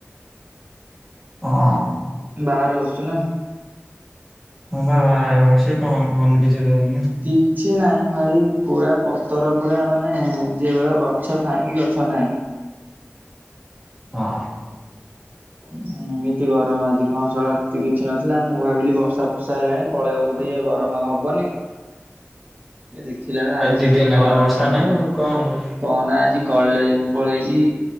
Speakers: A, in the centre; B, on the right (about 40°).
A: ହଁ।
B: ବାହାରେ ବଛୁ ନା,
A: ହଁ ବା ବାହାରେ ବସିଛି। ପବନ ଫବନ କିଛି ଦେଉନି।
B: କିଛି ନାହିଁ ଭାଇ ପୁରା ପତର ପୁରା ମାନେ ଯେଇ ଗଛ ଥାଇକି ଗଛ ନାହିଁ।
A: ହଁ।
B: ହଁ। କି ଗରମ୍ ଆଜି କଣ ଶଳା ଏତେ କିଛି ନଥିଲା। ମୁଁ ଭାବିଲି ବର୍ଷା ଫର୍ଷା ହେଲାଣି ପଳେଇବ ବୋଧେ ଏ ଗରମ ଆଉ ହବନି। ଏ ଦେଖିଲା ବେଳେ ଆଜି
A: ଦି
B: ଯେଉ
A: ଦିନ ହେଲା
B: ଗରମ
A: ବର୍ଷା
B: ହ
A: ନାହିଁ
B: ଭାଇ
A: ଆଉ କଣ ହବ
B: କହନା ଆଜି କଲେଜ ମୁଁ ପଳେଇଛି